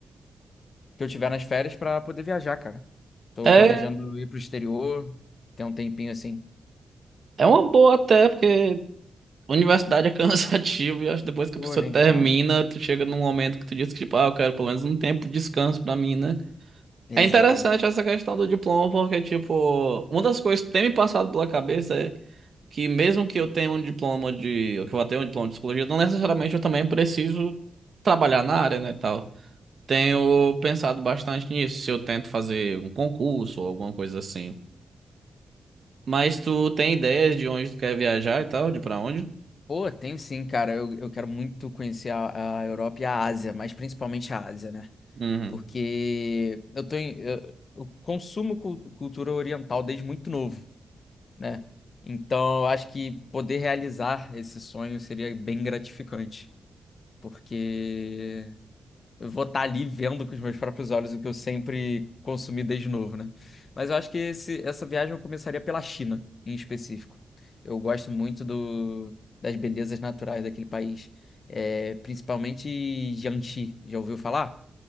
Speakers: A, on the left; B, on the right.
A: que eu tiver nas férias para poder viajar, cara. Estou
B: É,
A: planejando ir para o exterior, ter um tempinho assim.
B: é uma boa até, porque universidade é <laughs> cansativo e acho que depois que
A: Pô,
B: a pessoa
A: nem
B: termina,
A: fala.
B: tu chega num momento que tu diz que, tipo, ah, eu quero pelo menos um tempo de descanso pra mim, né?
A: Exatamente.
B: É interessante essa questão do diploma, porque, tipo, uma das coisas que tem me passado pela cabeça é que mesmo que eu tenha um diploma de, que eu vá ter um diploma de psicologia, não necessariamente eu também preciso trabalhar na área, né, e tal. Tenho pensado bastante nisso, se eu tento fazer um concurso ou alguma coisa assim. Mas tu tem ideias de onde tu quer viajar e tal, de pra onde?
A: Pô, tem sim, cara. Eu, eu quero muito conhecer a, a Europa e a Ásia, mas principalmente a Ásia, né?
B: Uhum.
A: Porque eu tô em- eu, eu consumo cu- cultura oriental desde muito novo, né? Então, eu acho que poder realizar esse sonho seria bem gratificante, porque eu vou estar ali vendo com os meus próprios olhos o que eu sempre consumi desde novo, né? Mas eu acho que esse- essa viagem eu começaria pela China, em específico. Eu gosto muito do, das belezas naturais daquele país, É, principalmente Jiangxi. Já ouviu falar?